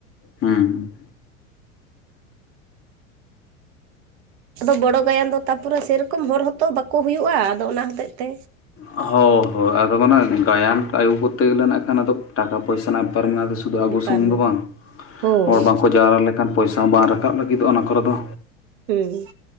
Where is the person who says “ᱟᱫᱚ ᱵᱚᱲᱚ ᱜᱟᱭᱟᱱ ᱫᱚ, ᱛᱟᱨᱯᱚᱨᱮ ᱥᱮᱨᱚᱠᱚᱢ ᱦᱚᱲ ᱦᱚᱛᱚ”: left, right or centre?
Right